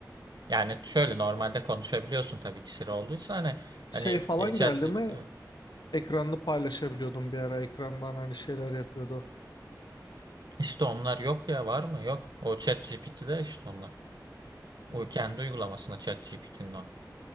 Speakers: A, on the right (about 75°); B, on the left (about 85°).
A: Yani şöyle normalde konuşabiliyorsun tabii ki Siri olduysa hani
B: Şey
A: hani
B: falan
A: e, ChatGPT
B: geldi mi?
A: evet.
B: Ekranını paylaşabiliyordum bir ara. Ekrandan hani şeyler yapıyordu.
A: işte onlar yok ya var mı? Yok. O ChatGPT'de işte onlar.
B: Hmm.
A: O kendi uygulamasında ChatGPT'nin o.